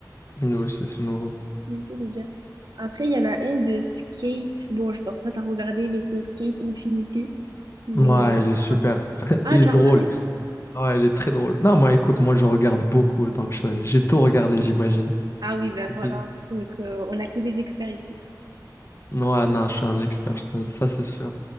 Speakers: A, on the left (about 40°); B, on the right (about 65°).
A: Nous aussi, c'est nouveau.
B: Lui aussi, il est bien. Après, il y en a un de Skate. Bon, je pense pas t'as regardé, mais c'est Skate Infinity. Mais...
A: Ouais,
B: euh,
A: il est super.
B: voilà.
A: <laughs>
B: Ah,
A: Il est
B: tu
A: drôle.
B: as regardé?
A: Ouais, elle est très drôle. Non, moi, écoute, moi, je regarde beaucoup, donc je- j'ai tout regardé, j'imagine.
B: Ah oui, ben
A: C'est
B: voilà.
A: bizarre.
B: Donc, euh, on a que des experts ici.
A: Ouais, non, je suis un expert, ça, ça, c'est sûr.